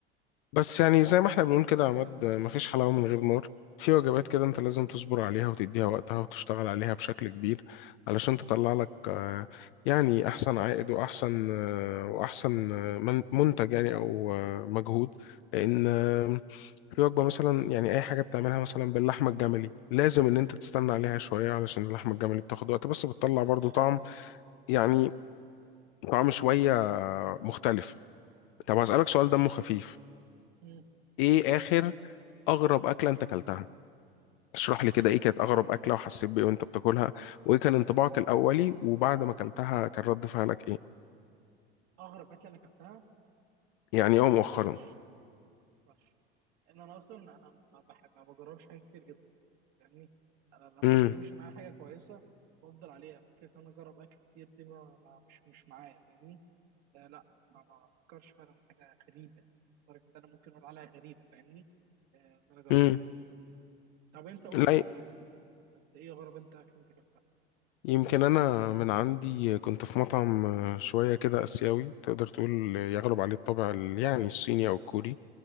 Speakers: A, on the left (about 60°); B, on the right (about 55°).
A: بس يعني زي ما احنا بنقول كده يا عماد آه، مفيش حلاوة من غير نار في وجبات كده انت لازم تصبر عليها وتديها وقتها وتشتغل عليها بشكل كبير علشان تطلع لك آه، يعني احسن عائد واحسن آه، واحسن آه، من- منتج يعني او آه، مجهود لان آه، في وجبة مثلا يعني أي حاجة بتعملها مثلا باللحمة الجملي لازم إن أنت تستنى عليها شوية علشان اللحمة الجملي بتاخد وقت بس بتطلع برضو
B: ده حقيقي
A: طعم يعني طعم شوية مختلف طب هسألك سؤال دمه خفيف
B: مم.
A: ايه آخر أغرب أكلة أنت أكلتها؟ اشرح لي كده ايه كانت أغرب أكلة وحسيت بإيه وأنت بتاكلها وايه كان انطباعك الأولي وبعد ما أكلتها كان رد فعلك ايه؟
B: اغرب اكله انا اكلتها
A: يعني اه مؤخرا
B: الطرش الطرش ان انا اصلا انا ما بحب ما بجربش حاجات كتير جدا فاهمني انا لما
A: امم
B: بتمشي معايا حاجه كويسه بفضل عليها فكره ان انا اجرب اكل كتير دي ما ما- مش مش معايا فاهمني آه لا ما ما فكرش فعلا في حاجه غريبه يعني لدرجه ان انا ممكن اقول عليها غريبه فاهمني آه ان انا جربتها
A: امم
B: طب انت قول
A: لا
B: لي طالما انت انت ايه غرب انت اكل انت كلتها
A: يمكن أنا من عندي كنت في مطعم شوية كده آسيوي تقدر تقول يغلب عليه الطابع ال- يعني الصيني أو الكوري